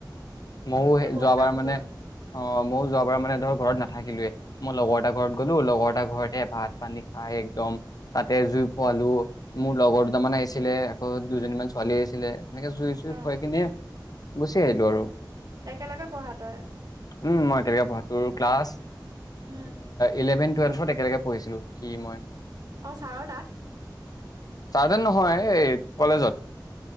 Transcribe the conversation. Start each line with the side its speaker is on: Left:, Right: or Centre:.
Left: ময়ো সেই
Right: এই বৰ্তাহঁতৰ
Left: যোৱাবাৰ মানে। অ ময়ো যোৱাবাৰ মানে ধৰ ঘৰত নাথাকিলোে মই লগৰ এটা ঘৰত গলো লগৰ। এটা ঘৰতে ভাত পানী খাই একদম, তাতে জুই পোৱালো। মোৰ লগৰ
Right: উম
Left: দুটামান আহিছিলে আকৌ দুজনীমান
Right: উম
Left: ছোৱালী আহিছিলে এনেকে জুই জুই
Right: অ
Left: ভ কিনে। গুচি আহিলো আৰু।
Right: একেলগে পঢ়া তই।
Left: উম মই কেলগে পঢ়া ক্লাছ,
Right: উম
Left: ইলেভেন। টুৱেলভত একেলগে পঢ়িছিলো সি মই।
Right: অ ছাৰৰ তাত।
Left: চাহতেন নহয় এই কলেজত।